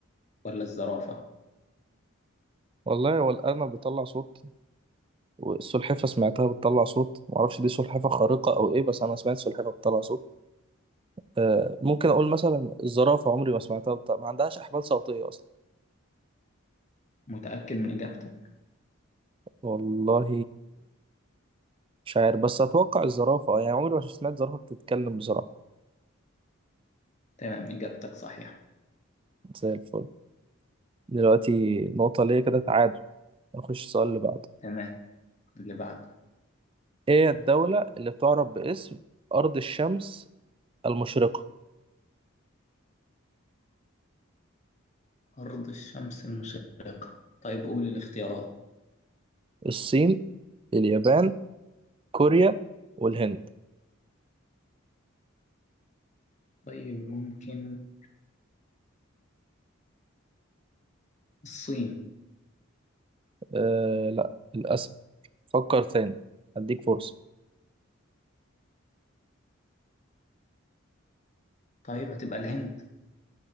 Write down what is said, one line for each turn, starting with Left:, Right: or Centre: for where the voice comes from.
Left: ولا الزرافة
Right: والله هو الأرنب بيطلع صوت والسلحفة سمعتها بتطلع صوت معرفش دي سلحفة خارقة أو إيه بس أنا سمعت سلحفة بتطلع صوت آه ممكن أقول مثلا الزرافة عمري ما سمعتها بتطلع. ما عندهاش أحبال صوتية أصلا
Left: متأكد من إجابتك؟
Right: والله مش عارف بس اتوقع الزرافه اه يعني عمري ما سمعت زرافه بتتكلم بسرعه
Left: تمام إجابتك صحيحة
Right: زي الفل دلوقتي نقطه ليا كده تعادل نخش السؤال اللي بعده
Left: تمام اللي بعده
Right: ايه الدوله اللي بتعرف باسم ارض الشمس المشرقه
Left: أرض الشمس المشرقة طيب قول الاختيارات
Right: الصين اليابان كوريا والهند
Left: طيب ممكن الصين
Right: آه لا للاسف فكر تاني هديك فرصه
Left: طيب هتبقى الهند